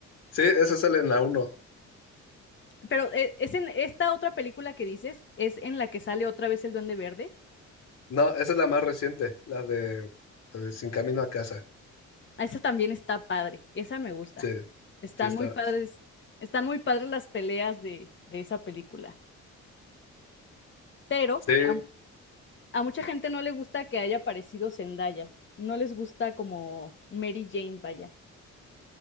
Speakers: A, on the left (about 55°); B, on the left (about 40°).
A: Sí, esa sale en la uno
B: Pero eh, es en esta otra película que dices, es en la que sale otra vez el Duende Verde.
A: No, esa es la más reciente, la de, la de Sin Camino a Casa.
B: Esa también está padre, esa me gusta.
A: Sí,
B: Están
A: sí, está.
B: muy padres, están muy padres las peleas de, de esa película. Pero
A: Sí,
B: a, a mucha gente no le gusta que haya aparecido Zendaya. No les gusta como Mary Jane, vaya.